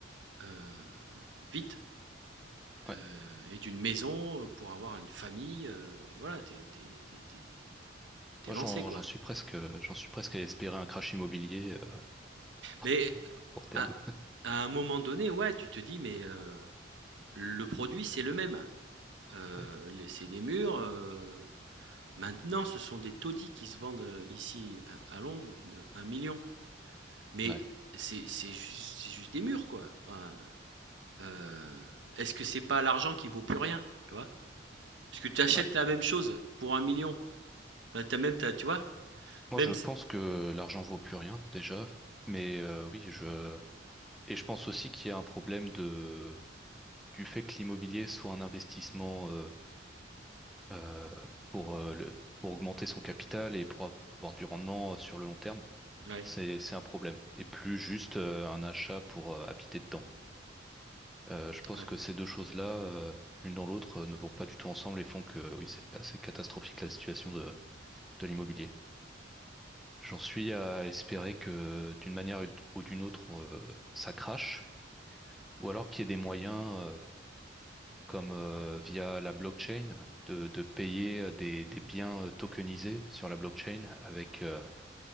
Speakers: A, on the right; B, in the centre.
A: heu, vite,
B: ouais.
A: heu et d'une maison, pour avoir une famille, heu et voilà, t'es, t'es, t'es, t'es tu lancé,
B: Moi, j'en,
A: quoi.
B: j'en suis presque, euh, j'en suis presque à espérer un crash immobilier euh, <laughs> dans,
A: Mais
B: dans le court terme.
A: à à un moment donné, ouais, tu te dis: «Mais heu, le produit, c'est le même, heu,
B: Ouais,
A: les c'est des murs, heu, Maintenant, ce sont des taudis qui se vendent euh, ici à, à Londres, un million. Mais
B: ouais,
A: c'est c'est juste, c'est juste des murs, quoi. Enfin, euh, Est-ce que c'est pas l'argent qui vaut plus rien, tu vois Parce que tu achètes
B: ouais.
A: la même chose pour un million. Enfin, t'as même, t'as- tu vois
B: Moi,
A: Même,
B: je
A: si-
B: pense que l'argent vaut plus rien déjà, mais euh, oui, je et je pense aussi qu'il y a un problème de du fait que l'immobilier soit un investissement. euh, euh, pour, euh, le, pour augmenter son capital et pour avoir du rendement euh, sur le long terme,
A: ouais,
B: c'est, c'est un problème. Et plus juste euh, un achat pour euh, habiter dedans. Euh, je pense
A: ouais.
B: que ces deux choses-là, euh, l'une dans l'autre, euh, ne vont pas du tout ensemble et font que oui, c'est assez catastrophique la situation de, de l'immobilier. J'en suis à espérer que d'une manière ou d'une autre, euh, ça crache, ou alors qu'il y ait des moyens, euh, comme euh, via la blockchain, de, de payer euh, des, des biens euh, tokenisés sur la blockchain avec, euh,